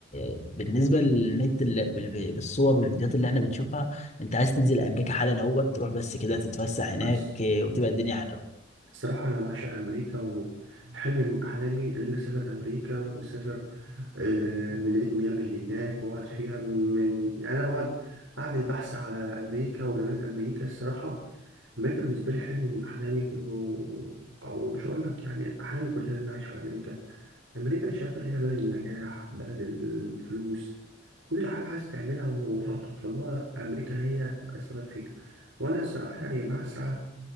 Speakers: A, on the left; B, on the right.
A: آه، بالنسبة للنت ال- بال- بالصور والفيديوهات اللي احنا بنشوفها انت عايز تنزل امريكا حالا اهوت تروح بس كده تتفسح هناك
B: بس
A: آه، وتبقى الدنيا حلوة
B: الصراحة أنا بعشق أمريكا وحلم من أحلامي إن أنا أسافر أمريكا وأسافر آه، مدينة ميامي اللي هناك وأقعد فيها من يعني أنا بقعد أعمل بحث على أمريكا وجمال أمريكا الصراحة أمريكا بالنسبة لي حلم من أحلامي كله أو مش هقول لك يعني أحلامي كلها إن أنا أعيش في أمريكا أمريكا أنا شايفها اللي هي بلد النجاح بلد الفلوس كل حاجة عايز تعملها و- أو توصل لها أمريكا هي هتبقى السبب فيها وأنا الصراحة يعني بسعى